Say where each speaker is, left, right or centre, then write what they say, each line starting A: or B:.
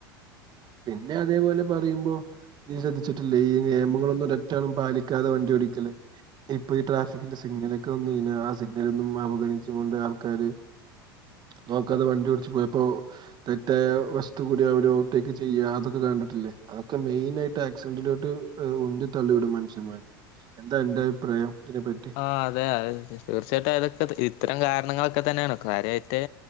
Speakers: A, on the right; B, on the left.
A: പിന്നെ അതേപോലെ പറയുമ്പോ നീ ശ്രദ്ധിച്ചിട്ടില്ലേ ഈ നിയമങ്ങളൊന്നും ഒരറ്റാളും പാലിക്കാതെ വണ്ടിഓടിക്കല് ഇപ്പൊ ഈ ട്രാഫിക്കിന്റെ സിഗ്നലൊക്കെ വന്നു കഴിഞ്ഞാ ആ സിഗ്നലൊന്നും അവഗണിച്ചു കൊണ്ട് ആൾക്കാര് നോക്കാതെ വണ്ടി ഓടിച്ച് പോയപ്പോ തെറ്റായ വശത്തു കൂടെ അവര് ടേക്ക് ചെയ്യാ അതൊക്കെ കണ്ടിട്ടില്ലേ അതൊക്കെ മെയിൻ ആയിട്ട് ആക്സിഡന്റിലോട്ട് ഉണ്ടി തള്ളിവിടും മനുഷന്മാരെ എന്താ അന്റെ അഭിപ്രായം ഇതിനെപ്പറ്റി
B: ആഹ് അതേ അയ് തീർച്ചായിട്ടും അതൊക്കെ ഇത്തരം കാരണങ്ങളൊക്കെ തന്നേണ് കാര്യായിട്ട്